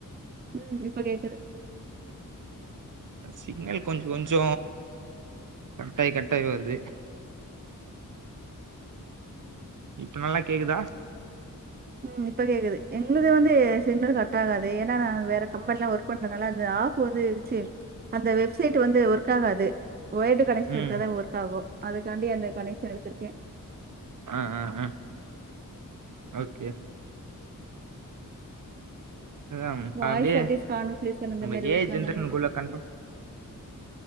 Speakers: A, on the right; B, on the right.
A: ம் இப்ப கேக்குது
B: சிக்னல் கொஞ்சொ கொஞ்சொ கட்டாய் கட்டாயி வருது இப்ப நல்லாக் கேக்குதா
A: ம் இப்ப கேக்குது எங்ளுது வந்து சிம்மு கட் ஆகாது ஏன்னா நா வேற கம்பெனிலா ஒர்க் பண்றனால அந்த ஆப் வந்து வச்சு அந்த வெப்சைட் வந்து ஒர்க் ஆகாது ஒயர்டு கனெக்ஷன்
B: ம்
A: எடுத்தாதா ஒர்க் ஆகு அதுக் காண்டி அந்த கனெக்ஷன் எடுத்துருக்கே
B: அ அ அ ஓகே அதா
A: வாய்சேட்டிஸ்
B: அப்டியே
A: காண்வர்சேஷன் அந்த
B: நம்ம
A: மேரி
B: ஏ
A: ஒர்க்குலா
B: ஐ ஜென்ரேஷனுக்குள்ள
A: பண்ணிகிட்ருக்கே
B: கன்ஃபார்ம்